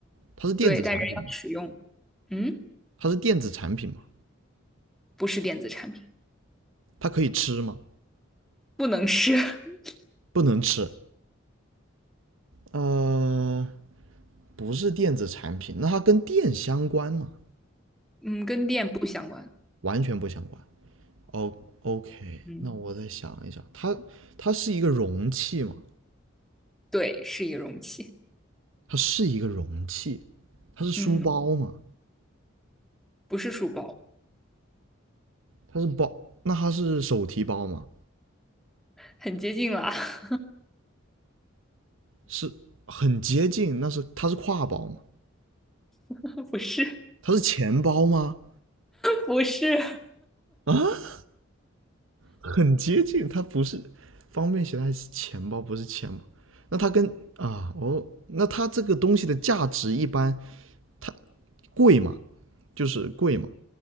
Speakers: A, on the right (about 75°); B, in the centre.
A: 它是电子产品吗？
B: 对，但人要使用。嗯，
A: 它是电子产品吗？
B: 不是电子产品，
A: 它可以吃吗？
B: 不能是。<laughs>
A: 不能吃。呃，不是电子产品，那它跟电相关吗？
B: 嗯，跟电不相关。
A: 完全不相关。哦 OK，
B: 嗯，
A: 那我再想一想，它它是一个容器吗？
B: 对，是一个容器。
A: 它是一个容器，它是书包吗？
B: 嗯，不是书包，
A: 它是包，那它是手提包吗？
B: 很接近了。<laughs>
A: 是很接近，那是它是挎包吗？
B: <laughs> 不是，
A: 它是钱包吗？
B: 不是，
A: 啊，很接近，它不是方便携带是钱包，不是钱包。那它跟啊，哦，那它这个东西的价值一般，它贵嘛，就是贵嘛，